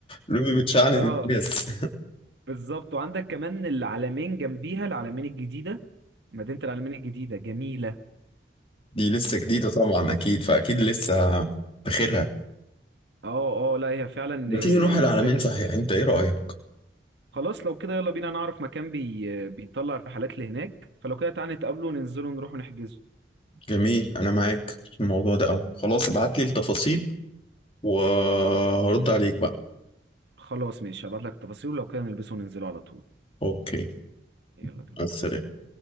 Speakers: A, on the left; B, on the right.
A: روبي بتشعنن
B: <laughs> اه
A: الناس
B: بالظبط وعندك كمان العلمين جنبيها العلمين الجديده مدينه العلمين الجديده جميله
A: دي لسه جديده طبعا اكيد فاكيد لسه بخيرها
B: اه اه لا هي فعلا
A: ما
B: آه،
A: تيجي نروح
B: لسه
A: العلمين
B: جديد.
A: صحيح انت ايه رأيك
B: خلاص لو كده يلا بينا نعرف مكان بي... آه، بيطلع رحلات لهناك فلو كده تعالى نتقابلوا وننزلوا نروحوا نحجزوا
A: جميل انا معاك في الموضوع ده قوي خلاص ابعت لي التفاصيل وهرد عليك بقى
B: خلاص ماشي هبعت لك التفاصيل ولو كده نلبسه وننزلوا على طول
A: اوكي
B: يلا بينا
A: مع السلامة